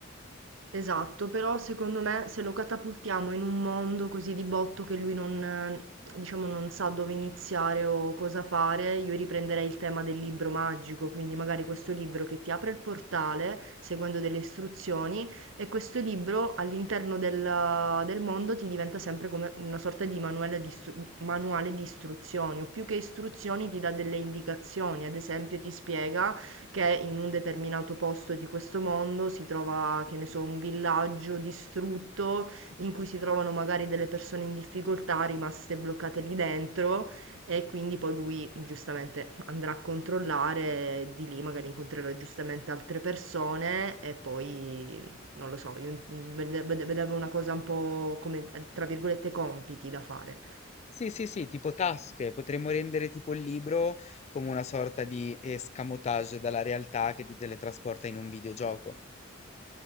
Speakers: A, on the right; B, on the left.
A: Esatto, però secondo me se lo catapultiamo in un mondo così di botto che lui non, eh, diciamo, non sa dove iniziare o cosa fare, io riprenderei il tema del libro magico, quindi magari questo libro che ti apre il portale seguendo delle istruzioni e questo libro all'interno del, del mondo ti diventa sempre come una sorta di manuale di, istru- manuale di istruzioni o più che istruzioni ti dà delle indicazioni, ad esempio ti spiega che in un determinato posto di questo mondo si trova, che ne so, un villaggio distrutto in cui si trovano magari delle persone in difficoltà rimaste bloccate lì dentro e quindi poi lui giustamente andrà a controllare, e di lì magari incontrerà giustamente altre persone e poi non lo so, io vede- vede- vedevo una cosa un po' come tra virgolette compiti da fare.
B: Sì, sì, sì, tipo tasche, potremmo rendere tipo il libro come una sorta di escamotage dalla realtà che ti teletrasporta in un videogioco.